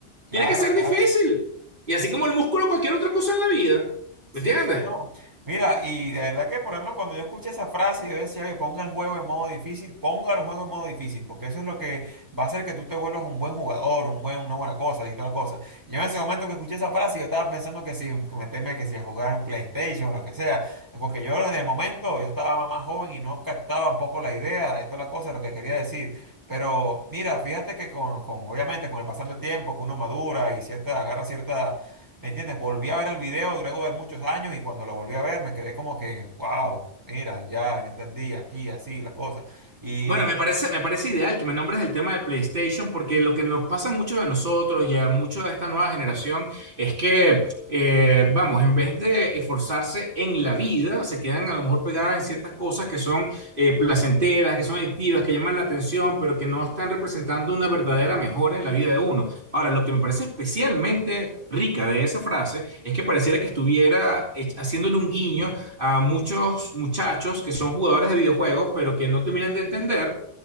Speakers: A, on the right; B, on the right.
A: claro,
B: Tiene que ser
A: claro.
B: difícil. Y así como el músculo, cualquier otra cosa en la vida.
A: Sí,
B: ¿Me entiendes?
A: sí, no. Mira, y de verdad que, por ejemplo, cuando yo escuché esa frase, yo decía, oye, ponga el juego en modo difícil, ponga el juego en modo difícil, porque eso es lo que va a hacer que tú te vuelvas un buen jugador, un buen, una buena cosa y toda la cosa. Yo en ese momento que escuché esa frase, yo estaba pensando que si que meterme, que si a jugar un PlayStation o lo que sea, porque yo en el momento, yo estaba más joven y no captaba un poco la idea y toda la cosa, lo que quería decir. Pero mira, fíjate que con, con obviamente con el pasar del tiempo, que uno madura y cierta, agarra cierta ¿Me entiendes? Volví a ver el video luego de muchos años y cuando lo volví a ver me quedé como que, wow, mira, ya entendí aquí, así, la cosa. Y
B: Bueno, me parece, me parece ideal que me nombres el tema del PlayStation, porque lo que nos pasa a muchos de nosotros y a muchos de esta nueva generación es que, eh, vamos, en vez de esforzarse en la vida, se quedan a lo mejor pegadas en ciertas cosas que son eh, placenteras, que son adictivas, que llaman la atención, pero que no están representando una verdadera mejora en la vida de uno. Ahora, lo que me parece especialmente rica de esa frase es que pareciera que estuviera eh, haciéndole un guiño a muchos muchachos que son jugadores de videojuegos, pero que no terminan de entender